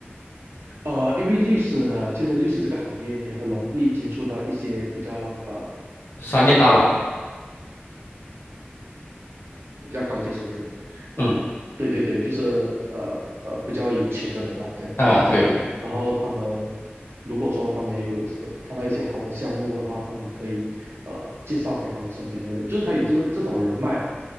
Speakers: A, on the right; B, on the left.
A: 呃，因为律师呢，其实律师这个行业你很容易接触到一些比较呃
B: 商业大佬，
A: 比较高阶层的人啊，
B: 嗯
A: 对对对，就是呃呃比较有钱的人呐、这样坦白讲，
B: 啊，对，
A: 然后他们如果说他们有什么看到一些好的项目的话，他们可以呃介绍给他们身边的人，就是他有这个这种人脉，